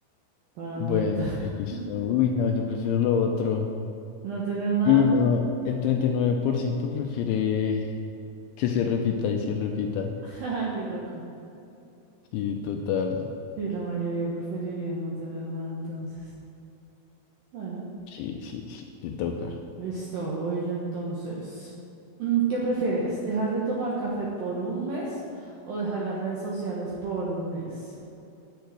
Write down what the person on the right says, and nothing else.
para ambientar.
<laughs>
No tener nada.
<laughs> Qué loco.
Sí, la mayoría preferiría no tener nada entonces. Bueno,
listo, voy yo entonces. Mm, ¿Qué prefieres? ¿Dejar de tomar café por un mes o dejar las redes sociales por un mes?